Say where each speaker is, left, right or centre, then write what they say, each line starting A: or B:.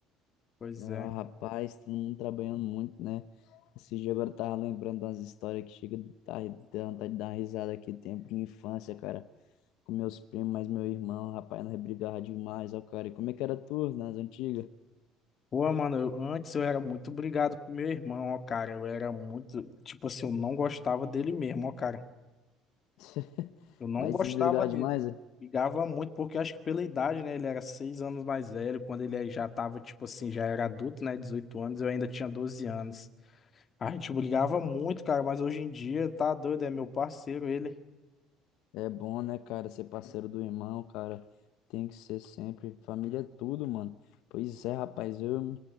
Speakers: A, on the left (about 30°); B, on the left (about 75°).
A: Pois
B: Ah,
A: é.
B: rapaz, todo mundo trabalhando muito, né? Esse dia agora eu tava lembrando das histórias que chega a dar dá vontade de dar uma risada aqui, tempo de infância, cara, com meus primos, mas meu irmão, rapaz, nós brigava demais, ó, cara. E como é que era tu nas antigas?
A: Pô, mano, eu- antes eu era muito brigado com meu irmão, ó, cara. Eu era muito. Tipo assim, eu não gostava dele mesmo, ó, cara.
B: <laughs>
A: Eu não
B: Mas
A: gostava
B: vocês brigavam
A: dele.
B: demais?
A: Brigava muito, porque acho que pela idade, né? Ele era seis anos mais velho. Quando ele já tava, tipo assim, já era adulto, né? dezoito anos, eu ainda tinha 12 anos. A gente brigava muito, cara, mas hoje em dia tá doido, é meu parceiro ele.
B: É bom, né, cara, ser parceiro do irmão, cara. Tem que ser sempre. Família é tudo, mano. Pois é, rapaz. Eu,